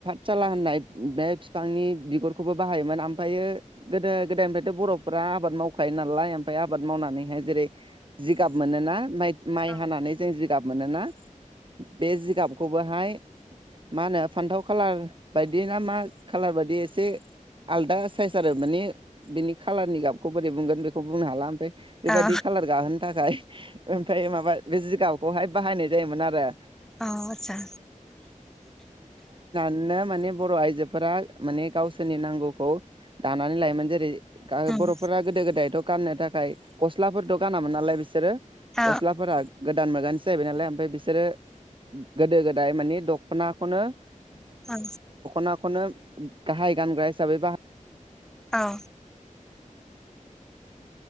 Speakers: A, on the right; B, in the centre.
A: साला होननाय बे फिफांनि बिगुरखौबो बाहायोमोन ओमफ्रायो गोदो गोदायनिफ्रायथ' बर'फ्रा आबाद मावखायो नालाय ओमफ्राय आबाद मावनानैहाय जेरै जिगाब मोनोना माइ माइ
B: औ
A: हानानै जों जिगाब मोनोना बे जिगाबखौबोहाय मा होनो फान्थाव खालार बायदि ना मा खालार बायदि एसे आलदा साइस आरो माने बिनि खाालारनि गाबखौ बोरै बुंगोन बेखौ बुंनो हाला ओमफ्राय
B: औ
A: बेबायदि खालार गाहोनो थाखाय ओमफ्राय माबा बे जिगाब खौहाय बाहायनाय जायोमोन आरो
B: औ आटसा।
A: नो। माने बर' आइजोफोरा माने गावसोरनि नांगौखौ दानानै लायोमोन जेरै
B: उम
A: बर'फोरा गोदो गोदायथ' गाननो थाखाय गस्लाफोरथ' गानामोन नालाय बिसोरो
B: औ
A: गस्लाफोरा गोदान मोगानि जायैबाय नालाय ओमफ्राय बिसोरो गोदो गोदाय मानि दख'नाखौनो
B: औ।
A: दख'ना खौनो गाहाय गानग्रा हिसाबै बाहायो।
B: औ।